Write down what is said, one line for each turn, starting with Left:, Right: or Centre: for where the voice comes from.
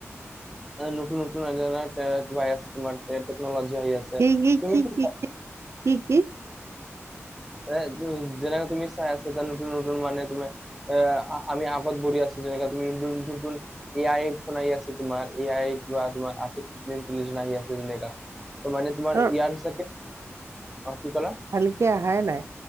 Centre: নতুন নতুন <unintelligible> আছে তোমাৰ টেকনলজি আহি আছে।
Right: কি-কি-কি-কি-কি-কি?
Centre: তুমি কি এ যেনেকে তুমি চাই আছা ত নতুন-নতুন মানে তুমি <unintelligible> আমি আগত বহি আছে যেনেকে তুমি <unintelligible> এ আই ফোন আহি আছে তোমাৰ এ আইৰি কিবা তোমাৰ আৰ্টিফিচি়েল ইন্টেলিজেনচ আহি আছে যেণেকা। ত মানে তোমাৰ
Right: ত
Centre: <unintelligible> অ কি কলা?
Right: ভালিকে অহাই নাই,